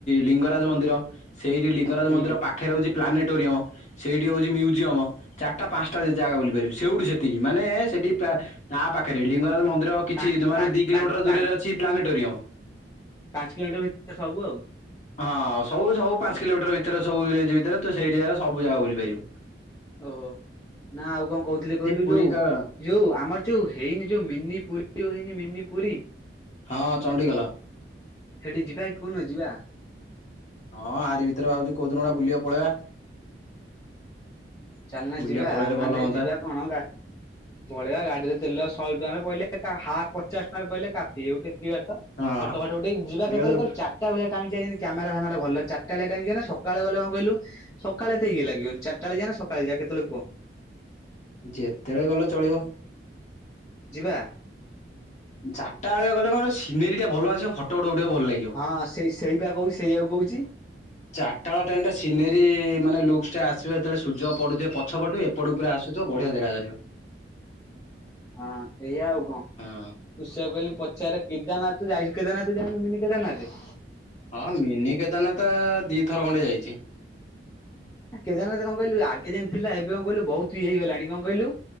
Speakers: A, on the left; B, on the left.
A: ଲିଙ୍ଗରାଜ ମନ୍ଦିର ସେଇଠି ଲିପ ଲିଙ୍ଗରାଜ
B: ହୁଁ
A: ମନ୍ଦିର ପାଖରେ ହଉଛି ପ୍ଲାନେଟୋରିୟମ ସେଇଠି ହଉଛି ମ୍ୟୁଜିୟମ। ଚାରିଟା ପାଞ୍ଚଟା ଜାଗା ବୁଲି ପାରିବି ସେଉଠୁ ସେତିକି ମାନେ ସେଠି ପ୍ରାୟ ଗାଁ ପାଖରେ ଲିଙ୍ଗରାଜ ମନ୍ଦିର। କିଛି
B: ପାଞ୍ଚ
A: ଜମାରୁ
B: ପାଞ୍ଚ
A: ଦି କିଲୋମିଟର
B: ପାଞ୍ଚ ପାଞ୍ଚ
A: ଦୂରରେ ଅଛି ପ୍ଲାନେଟୋରିୟମ।
B: ପାଞ୍ଚ କିଲୋମିଟର ଭି ଭିତରେ ସବୁ ଆଉ।
A: ହଁ ସବୁ ସବୁ ପାଞ୍ଚ କିଲୋମିଟର ଭିତରେ ସବୁ ରେଞ୍ଜ ଭିତରେ ତ ସେଇଠି ଜାଗା ସବୁଜାଗା ବୁଲିପାରିବୁ।
B: ଓହୋ ନାଁ ଆଉ କଣ କହୁଥିଲି କହିଲୁ
A: ପୁରୀ
B: ଯୋଉ
A: କା
B: ଯୋଉ ଆମର? ଯୋଉ ହେଇନି ଯୋଉ ମିନିପୁରୀ ଯୋଉ ହେଇନି ମିନିପୁରୀ।
A: ହଁ ଚଣ୍ଡିଗୋଲ।
B: ସେଠିକି ଯିବାକି କୋଉଦିନ ଯିବା।
A: ହଁ ଆରି ଭିତରେ ଭାବୁଚି କୋଉ ଦିନ ଗୋଟେ ବୁଲିବାକୁ ପଳେଇବା।
B: ଚାଲୁନ
A: ବୁଲିବାକୁ
B: ଯିବା
A: ପଳେଇଲେ
B: ମାନେ
A: ଭଲ ହୁଅନ୍ତା।
B: ଯିବାକଣ ଗା ପଳେଇବା ଗାଡିରେ ତେଲ ଶହେ ଟଙ୍କାରେ ପଇଲେ ତା ହାପ ପଚାଶ ଟଙ୍କାରେ ପଇଲେ କାଫି ଆଉ କେତିକି ବାଟ?
A: ହଁ
B: ଫଟ ଫଟ ଉଠେଇ ଯିବା
A: ଏକାଥରେ
B: କେତେବେଳେ କହିଲୁ ଚାରି ଚାରିଟାବେଳିଆ ଟାଇମ୍ ଯାଇ ଯେମିତି କ୍ୟାମେରା ଫାମେରା ଭଲ ଚାରିଟାବେଳିଆ ଟାଇମ ଯିବାନା ସକାଳେ ଗଲେ କଣ କହିଲୁ? ସକାଳେ ଏତେ ଇଏ ଲାଗିବନି ଚାରିଟାରେ ଯିବାନା ସକାଳେ ଯିବା କେତେବେଳେ କୁହ।
A: ଯେତେବେଳେ ଗଲେ ଚଳିବ।
B: ଯିବା।
A: ଚାରିଟାବେଳିଆ ଗଲେ କଣ ସିନେରୀଟା ଭଲ ଆସିବ ଫଟୋ ଫୋଟ ଉଠେଇ ବାକୁ ଭଲ ଲାଗିବ?
B: ହଁ ସେଇ ସେଇପା କହୁ ସେଇଆକୁ କହୁଛି।
A: ଚାରଟାବେଳ ଟାଇମ୍ ଟା ସିନେରୀ ମାନେ ଲୁକ୍ସ ଟା ଆସିବ ଯେତେବେଳେ ସୁର୍ଯ୍ୟ ପଡୁଥିବେ ପଛ ପଟେ। ପଡୁ ଉପରେ ଆସୁଥିବ ବଢିଆ ଦେଖାଯାଏ।
B: ହଁ ସେଇଆ ଆଉ କଣ।
A: ହଁ
B: ଉଷାକୁ କହିଲି ପଚାରେ କେଦାନାଥ ଯାଇଛୁ କେଦାରନାଥ ଯାଇନୁ ମିନି କେଦାରନାଥ।
A: ହଁ ମିନି କେଦାରନାଥ ଦୁଇ ଥର ଖଣ୍ଡେ ଯାଇଛି।
B: କେଦାରନାଥ କଣ କହିଲୁ ଆଗେ ଯେମିତି ଥିଲା ଏବେ କଣ କହିଲୁ ବହୁତ ଇଏ ହେଇଗଲାଣି କଣ କହିଲୁ